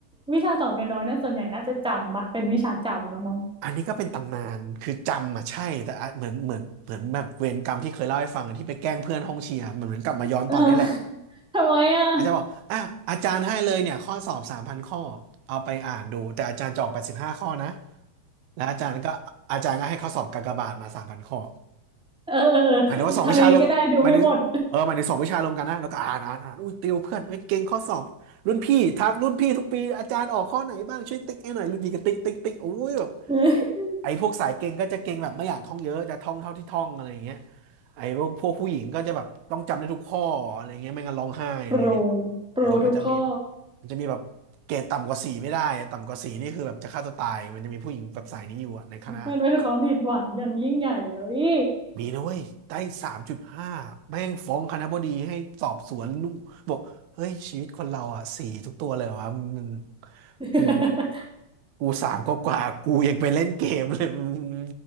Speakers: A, in the centre; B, on the right.
A: วิชาสองเรียนน้อยนะส่วนใหญ่น่าจะจำปะเป็นวิชาจำแล้วมั้ง
B: อันนี้ก็เป็นตำนาน คือจำอ่ะใช่แต่อ่ะเหมือนเหมือนเหมือนแบบเวรกรรมที่เคยเล่าให้ฟังที่ไปแกล้งเพื่อนห้องเชียร์มันเหมือนกลับมาย้อนตอนนี้แหละ
A: เออ <laughs> ทำไมอ่ะ
B: อาจารย์บอกอ่ะอาจารย์ให้เลยเนี่ยข้อสอบสามพันข้อเอาไปอ่านดูแต่อาจารย์จะออกไปสิบห้าข้อนะแล้วอาจารย์ก็อาจารย์ก็ให้ข้อสอบกากบาทมาสามพันข้อ
A: เออเออ <laughs>
B: หมายถึงว่าสองวิชารวมหมายถึงเออหมายถึงสองวิชารวมกันนะแล้วก็อ่านอ่านอ่านอุ้ยติวเพื่อนเอ้ยเก่งข้อสอบรุ่นพี่ทักรุ่นพี่ทุกปีอาจารย์ออกข้อไหนบ้างช่วยติ๊กให้หน่อยรุ่นพี่ก็ติ๊กติ๊กติ๊กโอ้ยแบบ
A: เออทำยังไงก็ได้ดูให้หมด <laughs>
B: ไอ้พวกสายเก่งก็จะเก่งแบบไม่อยากท่องเยอะจะท่องเท่าที่ท่องอะไรอย่างเงี้ยไอ้พวกพวกผู้หญิงก็จะแบบต้องจำได้ทุกข้ออะไรเงี้ยไม่งั้นร้องไห้อะไรเงี้ย
A: โปรโปรทุกข้อ
B: เออมันจะมีมันจะมีแบบเกรดต่ำกว่าสี่ไม่ได้อะต่ำกว่าสี่นี่คือแบบจะฆ่าตัวตายมันจะมีผู้หญิงแบบสายนี้อยู่อะในคณะ
A: มันเป็นความผิดหวังอย่างยิ่งใหญ่แล้วอี
B: มีนะเว้ยได้สามจุดห้าแม่งฟ้องคณบดีให้สอบสวนนู่นบอกเฮ้ยชีวิตคนเราอ่ะสี่ทุกตัวเลยเหรอวะมัน
A: <laughs>
B: กูกูสามก็กว่าๆกูยังไปเล่นเกมเลย <laughs> มึง